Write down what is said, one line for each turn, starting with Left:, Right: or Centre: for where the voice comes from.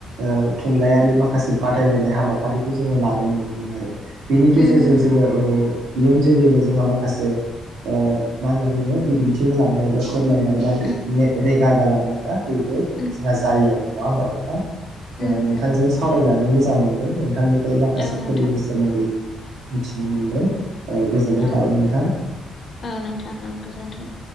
Right: ओ थुनलाइयारि माखासे बादायलायनाय हाबाफारिखौ जोङो लानाय नुनो मोनो आरो। बेनि गेजेरजों
Left: उम
Right: जोङो ओ इयुन जोलैनो जोंहा माखासे ओ मा होनना बुङो बिदिन्थि होलांनाय बा फोरमायनाय बा
Left: उम
Right: रेगा गालांनाय बा बि यो
Left: उम
Right: जोंहा जायो आरो नङा होमबा नोंथां?
Left: उम
Right: ओ नोंथांजों
Left: उम
Right: सावरायनानै मोजां मोनदों नोंथांनिफ्राय बा खासे
Left: औ नोंथां
Right: फोरबोनि सोमोन्दै मिथिनो मोनदों। ओ गोजोननाय
Left: औ
Right: थाबाय नोंथां।
Left: औ नोंथां औ गोजोन्थों।